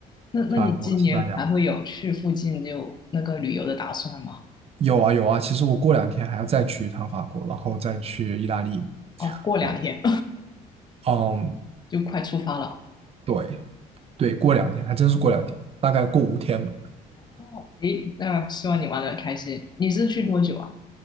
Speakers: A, on the left; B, on the right.
A: 那那你今年还会有去附近就那个旅游的打算吗？
B: 法国、西班牙有啊有啊。其实我过两天还要再去一趟法国，然后再去意大利。
A: 哦，过两天
B: 对，嗯，
A: <laughs> 就快出发了。
B: 对对，过两天还真是过两天，大概过五天吧。
A: 哦，诶，那希望你玩的开心。你是去多久啊？